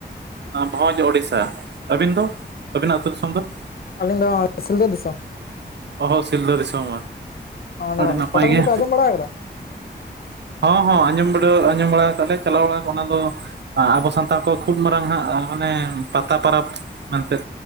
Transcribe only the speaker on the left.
ᱟᱹᱞᱤᱧ ᱫᱚ ᱥᱤᱞᱫᱟᱹ ᱫᱤᱥᱚᱢ᱾
ᱚᱸᱰᱮ
ᱯᱟᱴᱟᱵᱤᱸᱫᱟᱹ
ᱯᱮ ᱟᱸᱡᱚᱢ <inaudible>